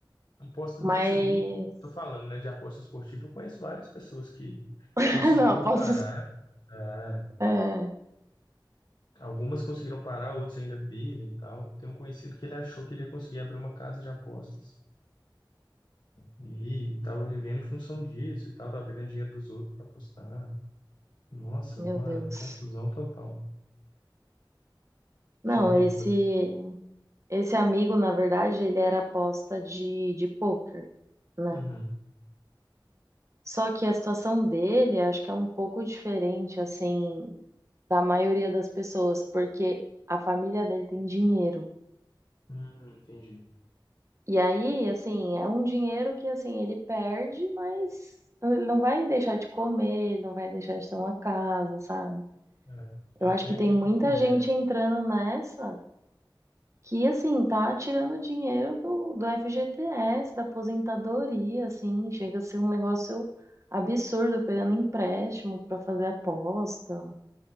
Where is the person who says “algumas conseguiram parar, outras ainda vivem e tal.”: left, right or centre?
Left